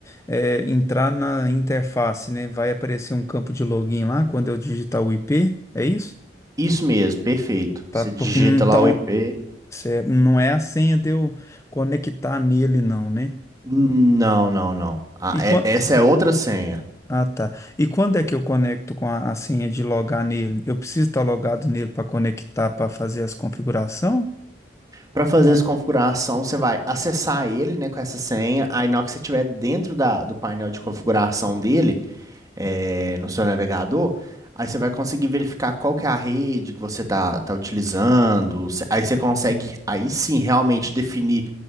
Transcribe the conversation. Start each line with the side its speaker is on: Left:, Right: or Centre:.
Left: é, entrar na interface, né? Vai aparecer um campo de login lá quando eu digitar o IP, é isso?
Right: Isso mesmo, perfeito.
Left: Tá,
Right: Você
Left: porque
Right: digita
Left: então
Right: lá o IP.
Left: Certo. Não é a senha de eu conectar nele, não, né?
Right: Não, não, não. Ah,
Left: E
Right: é-
Left: quan-
Right: essa é outra senha.
Left: Ah, tá. E quando é que eu conecto com a, a senha de logar nele? Eu preciso estar logado nele para conectar, para fazer as configurações?
Right: Para fazer essa configuração, você vai acessar ele, né, com essa senha. Aí, na hora que você estiver dentro da, do painel de configuração dele, é, no seu navegador, aí você vai conseguir verificar qual que é a rede que você tá, tá utilizando. Cê- Aí você consegue, aí sim, realmente definir